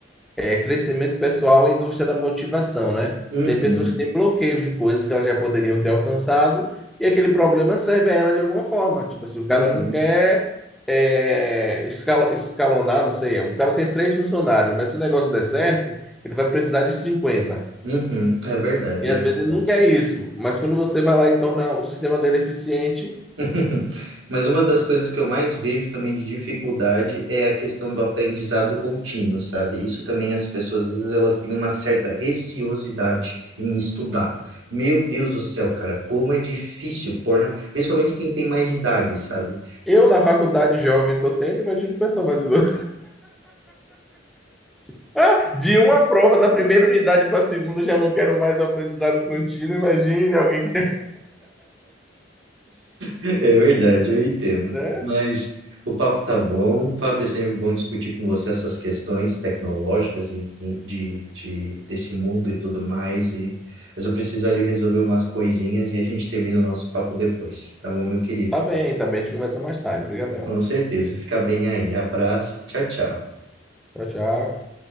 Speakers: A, in the centre; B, on the right (about 80°).
A: é crescimento pessoal e indústria da motivação, né?
B: uhum,
A: Tem pessoas que têm bloqueios de coisas que elas já poderiam ter alcançado e aquele problema serve a ela de alguma forma. Tipo assim, o
B: uhum,
A: cara não quer é, escal- escalonar, não sei, o cara tem três funcionários, mas se o negócio der certo, ele vai precisar de 50.
B: uhum. É verdade,
A: E às
B: é verdade.
A: vezes ele não quer isso, mas quando você vai lá e torna o sistema dele eficiente,
B: <laughs> Mas uma das coisas que eu mais vejo também de dificuldade é a questão do aprendizado contínuo, sabe? Isso também as pessoas, às vezes, elas têm uma certa receosidade em estudar. Meu Deus do céu, cara, como é difícil pôr na... Principalmente quem tem mais idade, sabe?
A: eu na faculdade jovem estou tendo, imagina o pessoal mais idoso. <laughs> Ah, de uma prova da primeira unidade para a segunda, já não quero mais o aprendizado contínuo. Imagine alguém que.
B: É verdade, eu entendo.
A: Né?
B: Mas o papo tá bom. Fábio, é sempre bom discutir com você essas questões tecnológicas e, e de, de, desse mundo e tudo mais. E, mas eu preciso ali resolver umas coisinhas e a gente termina o nosso papo depois, tá bom, meu querido?
A: Tá bem, tá bem. A gente começa mais tarde. Obrigadão.
B: Com certeza. Fica bem aí. Abraço. Tchau, tchau.
A: Tchau, tchau.